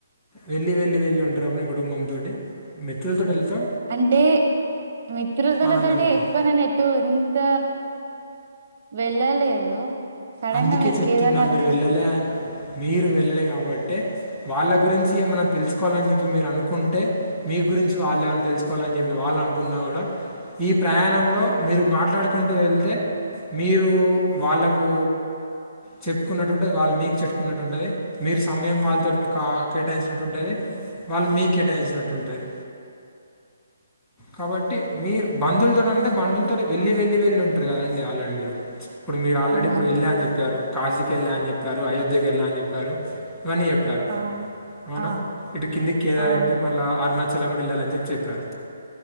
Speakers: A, in the centre; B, on the right (about 55°).
A: వెళ్ళి వెళ్ళి వెళ్ళి ఉంటారు మీ కుటుంబంతోటి మిత్రులతోటి వెళ్తా
B: అంటే మిత్రుతలతోోటి
A: ఆనందంగా ఉండదు
B: ఎక్కువ నేను ఎటు ఇంత వెళ్ళలేదు సడన్
A: అందుకే
B: గా మీరు
A: చెప్తున్నా
B: కేదార్నాథ్కి
A: మీరు వెళ్ళలే ఆయన మీరు వెళ్ళి కాబట్టే వాళ్ళ గురించి ఏమైన్నా తెలుసుకోవాలని చెప్పి మీరు అనుకుంటే మీ మీ గురించి వాళ్ళు ఏమైనా తెలుసుకోవాలని చెప్పి వాళ్ళు అనుకున్నా కూడా ఈ ప్రయాణంలో మీరు మాట్లాడు కుంటూ వెళ్తే మీరు వాళ్ళకు చెప్పుకున్నట్టుంటుంది వాళ్ళ మీకు చెప్పుకున్నట్టు ఉంటుంది మీరు సమయం వాళ్ళతోటి క కేటాయించినట్టు ఉంటది వాళ్ళు మీ కేటాయించినట్ంటుంది కాబట్టి మీరు బంధులతో అంటే బంధులతోటి వెళ్ళలి వెళ్ళలి వెళ్ళలి ఉంటారు కదండి ఆల్రెడీ మీరు ఇప్పుడు మీరు ఆల్రెడీ
B: అవునండి
A: ఇప్పుడు వెళ్ళ అని చెప్పారు కాశీ కే వెళ్ళాలని చెప్పారు అయోధ్యకి వెళ్లా అని చెప్పారు ప్పారు ఇవన్న చెప్పారు
B: అవును
A: మనం
B: అవును
A: ఇటు కిందికి కె
B: అవును
A: మళ్ళ అరుణాచ చలం కూడా అని వెళ్లాలని చెప్పారు